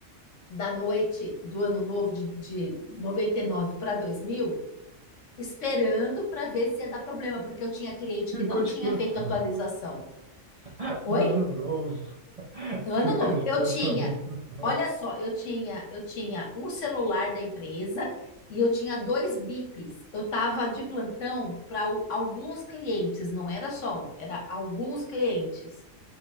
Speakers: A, on the left (about 70°); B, on the right (about 40°).
A: da noite do ano novo de, de noventa e nove para dois mil esperando para ver se ia dar problema, porque eu tinha cliente que
B: Ficou
A: não tinha
B: de plantão.
A: feito atualização.
B: <laughs>
A: Oi?
B: No ano novo.
A: Ano
B: Ficou
A: novo.
B: de
A: Eu
B: plantão
A: tinha,
B: de ano novo.
A: olha só, eu tinha, eu tinha um celular da empresa e eu tinha dois bips. Eu estava de plantão para alguns clientes, não era só um, era alguns clientes.